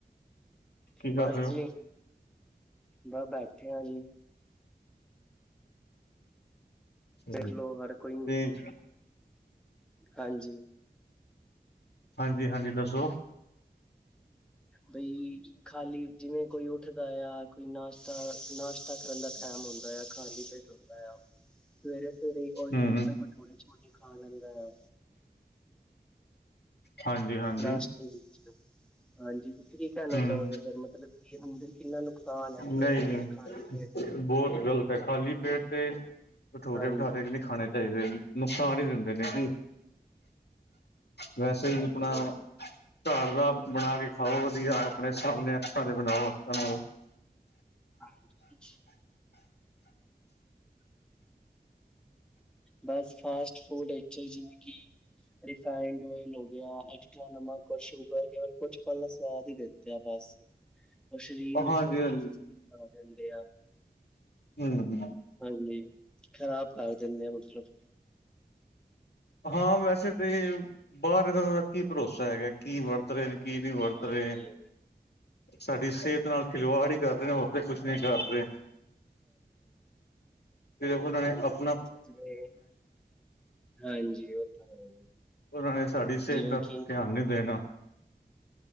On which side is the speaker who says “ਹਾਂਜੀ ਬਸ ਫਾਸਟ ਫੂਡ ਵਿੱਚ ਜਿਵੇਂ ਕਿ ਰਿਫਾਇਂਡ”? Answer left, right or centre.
Centre